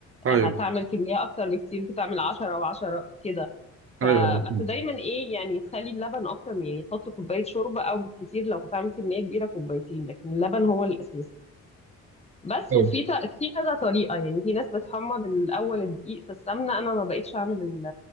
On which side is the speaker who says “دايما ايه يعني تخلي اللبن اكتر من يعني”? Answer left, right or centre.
Left